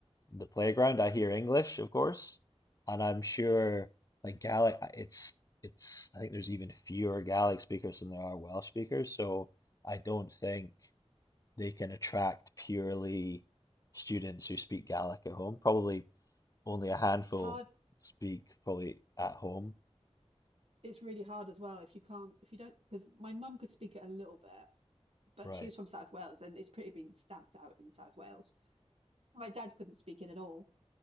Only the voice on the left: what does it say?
the playground, I hear English, of course, and I'm sure
like Gaelic. I- It's it's. I think there's even fewer Gaelic speakers than there are Welsh speakers. So I don't think they can attract purely students who speak Gaelic at home. Probably only a handful
speak probably at home.
Right.